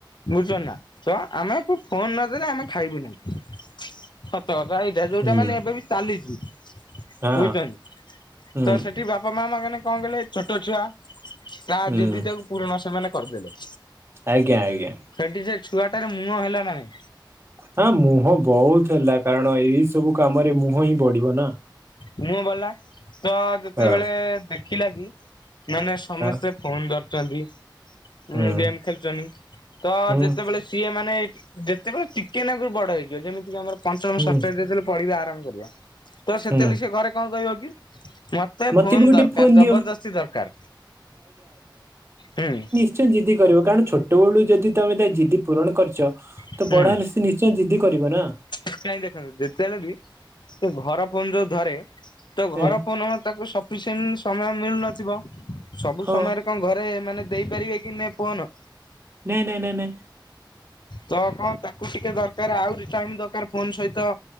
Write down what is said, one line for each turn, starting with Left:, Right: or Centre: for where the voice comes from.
Left: ବୁଝୁଛନ୍ତି ନା ତ ଆମେ ଫୋନ ନଦେଲେ ଆମେ ଖାଇବୁନି ସତ କଥା ଭାଇ। ଯୋଉଟା
Right: ହୁଁ
Left: ମାନେ ଏବେ ବି ଚାଲିଛି। ବୁଝୁଛନ୍ତି।
Right: ହଁ ହୁଁ
Left: ତ ସେଠି ବାପା ମା ମାମାନେ କଣ କଲେ ଛୋଟ ଛୁଆ ତା
Right: ହୁଁ
Left: ଯିଦିଟାକୁ ପୂରଣ ସେମାନେ କରିଦେଲେ।
Right: ଆଜ୍ଞା ଆଜ୍ଞା।
Left: ସେଠି ସେ ଛୁଆଟାରେ ମୁହ ହେଲା ନାଇଁ?
Right: ହ ମୁହଁ ବହୁତ ହେଲା କାରଣ ଏଇ ସବୁ କାମରେ ମୁହଁ ହିଁ ବଢିବ ନା।
Left: ମୁହଁ ବଢ଼ିଲା ତ ଯେତେବେଳେ
Right: ହଁ
Left: ଦେଖିଲା କି ମାନେ ସମସ୍ତେ
Right: ହଁ
Left: ଫୋନ ଧରିଛନ୍ତି ଉଁ
Right: ହୁଁ
Left: ଗେମ୍ ଖେଳ ଛନ୍ତି ତ
Right: ହୁଁ
Left: ଯେତେବେଳେ ସିଏ ମାନେ ଯେତେବେଳେ ଚିକେନକରୁ ବଡ ହେଇଯିବ ଯେମିତି କି ଆମର ପଞ୍ଚମ
Right: ହୁଁ
Left: ଷଷ୍ଠ ଯେତେବେଳେ ପଢିବା ଆରମ୍ଭ କରିବା ତ ସେତେବେଳେ
Right: ହୁଁ
Left: ସେ ଘରେ କଣ କହିବ କି? ମ ତେ
Right: ମତେ
Left: ଫୋନ୍
Right: ବି ଗୋଟେ
Left: ଦରକାର
Right: ଫୋନ
Left: ଜବରଦସ୍ତି
Right: ଦିଅ
Left: ଦରକାର। ହୁଁ
Right: ସେ ଜିଦି କରିବ କାରଣ ଛୋଟ ବେଳୁ ଯଦି ତମେ ତା ଜିଦି ପୂରଣ କରଛ
Left: ହୁଁ
Right: ତ ବଢ ହେଲେ ସ ନିଶ୍ଚୟ ଜିଦି କରିବନା।
Left: କାହିଁ ଦେଖନ୍ତୁ ଯେତେବେଳେ ବି ସେ ଘର ଫୋନ ଯୋଉ ଧରେ ତ ଘର
Right: ହଁ
Left: ଫୋନ ତାକୁ ସଫିସେଣ୍ଟ ସମୟ ମିଳୁନଥିବ। ସବୁ
Right: ହଁ
Left: ସମୟରେ କଣ ଘରେ ମାନେ ଦେଇ ପାରିବେ କି? ନେ ଫୋନ।
Right: ନେ ନେ ନେ
Left: ତ କଣ ତାକୁ ଟିକେ ଦରକାର ଆହୁରି ଟାଇମ ଦରକାର ଫୋନ ସହିତ।